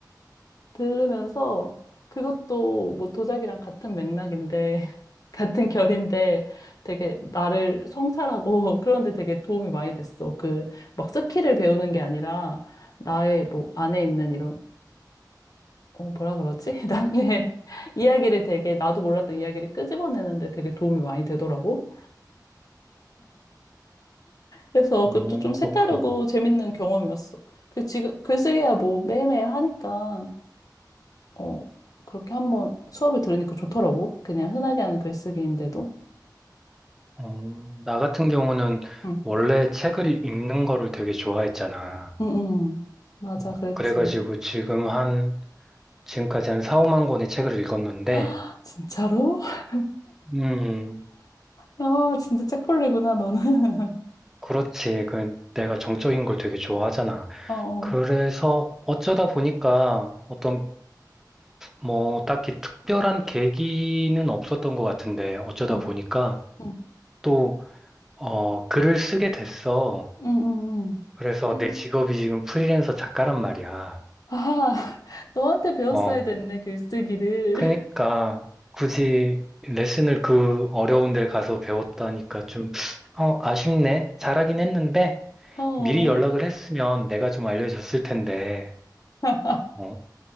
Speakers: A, on the left; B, in the centre.
A: 들으면서 그것도 뭐 도자기랑 같은 맥락인데, <laughs> 같은 결인데 되게 나를 성찰하고 <laughs> 그런데 되게 도움이 많이 됐어. 그 막 스킬을 배우는 게 아니라 나의 뭐 안에 있는 이런 어, 뭐라 그러지? <laughs> 나의 이야기를 되게, 나도 몰랐던 이야기를 끄집어내는데 되게 도움이 많이 되더라고. 그래서 그것도
B: 어,
A: 좀
B: 그렇구나.
A: 색다르고 재밌는 경험이었어. 그 지금, 글쓰기야 뭐 매일매일 하니까, 어, 그렇게 한번 수업을 들으니까 좋더라고. 그냥 흔하게 하는 글쓰기인데도.
B: 어, 나 같은 경우는
A: 응,
B: 원래 책을 읽는 거를 되게 좋아했잖아.
A: 응, 응. 맞아,
B: 어,
A: 그랬지.
B: 그래가지고 지금 한, 지금까지 한 4, 5만 권의 책을 읽었는데,
A: <gasps> <laughs> 진짜로? <laughs>
B: 음,
A: 아, 진짜 책벌레구나, 너는. <laughs>
B: 그렇지. 그 내가 정적인 걸 되게 좋아하잖아.
A: 어, 어.
B: 그래서 어쩌다 보니까 어떤 뭐, 딱히 특별한 계기는 없었던 것 같은데, 어쩌다
A: 응,
B: 보니까
A: 응,
B: 또, 어, 글을 쓰게 됐어.
A: 응, 응,
B: 그래서
A: 응.
B: 내 직업이 지금 프리랜서 작가란 말이야.
A: 아, <laughs> 너한테 배웠어야
B: 어,
A: 됐네, 글쓰기를.
B: 그니까 굳이 레슨을 그 어려운 데 가서 배웠다니까 좀, 어, 아쉽네. 잘하긴 했는데,
A: 어,
B: 미리 연락을 했으면 내가 좀 알려줬을 텐데,
A: <laughs>
B: 어,